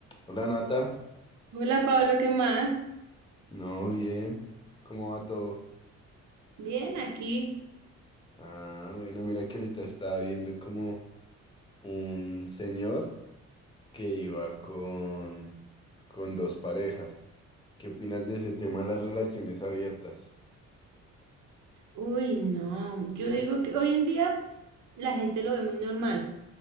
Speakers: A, on the left; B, on the right.
A: Hola Nata,
B: Hola Pablo, ¿qué más?
A: no, bien, ¿cómo va todo?
B: Bien, aquí.
A: Ah, bueno, mira que ahorita estaba viendo como un señor que iba con, con dos parejas. ¿Qué opinas de ese tema de las relaciones abiertas?
B: Uy, no, yo digo que hoy en día la gente lo ve muy normal.